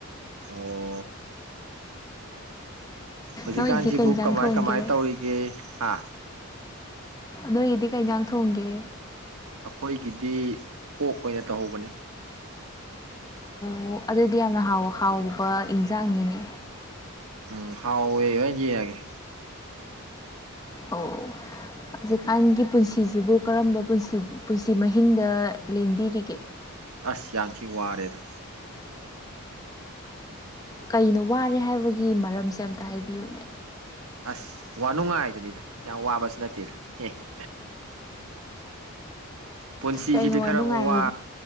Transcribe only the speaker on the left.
ꯅꯣꯏꯒꯤꯗꯤ ꯀꯩ ꯏꯟꯖꯥꯡ
ꯊꯣꯡꯒꯦ
ꯅꯣꯏꯒꯤꯗꯤ ꯀꯩ ꯏꯟꯖꯥꯡ ꯊꯣꯡꯒꯦ
ꯑꯣ ꯑꯗꯨꯗꯤ ꯌꯥꯝꯅ ꯍꯥꯎ ꯍꯥꯎꯕ ꯏꯟꯖꯥꯡꯅꯤꯅꯦ
ꯑꯣ ꯍꯧꯖꯤꯛꯀꯥꯟꯒꯤ ꯄꯨꯟꯁꯤꯁꯤꯕꯨ ꯀꯔꯝꯕ ꯄꯨꯟꯁꯤ ꯃꯍꯤꯡꯗ ꯂꯦꯟꯕꯤꯔꯤꯒꯦ
ꯀꯩꯅꯣ ꯋꯥꯔꯦ ꯍꯥꯏꯕꯒꯤ ꯃꯔꯝꯁꯦ ꯑꯝꯇ ꯍꯥꯏꯕꯤꯌꯨꯅꯦ
ꯀꯩꯅꯣ
ꯋꯥꯅꯨꯡꯉꯥꯏ